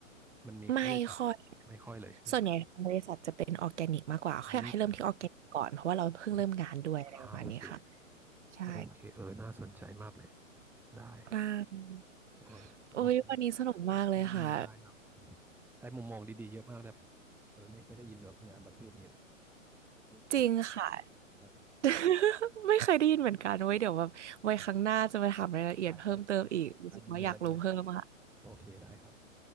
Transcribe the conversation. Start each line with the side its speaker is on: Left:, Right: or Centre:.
Centre: มันมีค่าใช้จ่ายไม่ค่อยเลยใช่ไหม
Right: ไม่ค่อย ส่วนใหญ่างบริษัทจะเป็นออร์แกนิกมากกว่าเขาอยากให้เริ่มที่ออร์แกนิกก่อน
Centre: อืม
Right: เพราะว่าเราเพิ่งเริ่มงานด้วยอะไรประมาณนี้ค่ะ
Centre: อมอ่าโอเค
Right: ใช่
Centre: โอเคเออน่าสนใจมากเลยได้ครับ
Right: นา
Centre: เออโอเค
Right: โอ้ยวันนี้สนุกมากเลยค่ะ
Centre: อืมอืมได้ครับได้มุมมองดีๆเยอะมากนะเออไม่เคยได้ยินแบบงานประเภทนี้เลยเออรู้
Right: จริงค่ะ
Centre: ได้
Right: <laughs> ไม่เคยได้ยินเหมือนกันโว้ย เดี๋ยวแบบไว้ครั้งหน้าจะมาถามรายละเอียดเพิ่มเติมอีกรู้สึกว่าอยากรู้เพิ่มค่ะ
Centre: ได้ได้เดี๋ยวได้มีอะไรเดี๋ยวมาแชร์โอเคได้ครับ